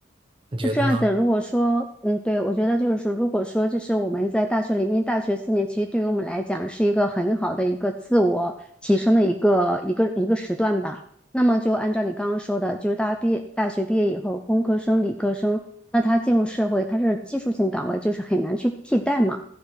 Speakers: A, on the right (about 30°); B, in the centre.
A: 你觉得呢？
B: 是这样的，如果说，嗯，对，我觉得就是说，如果说就是我们在大学里面，大学四年其实对于我们来讲是一个很好的一个自我提升的一个一个一个时段吧。那么就按照你刚刚说的，就是大家毕业大学毕业以后，工科生、理科生，那他进入社会，他是技术性岗位，就是很难去替代嘛。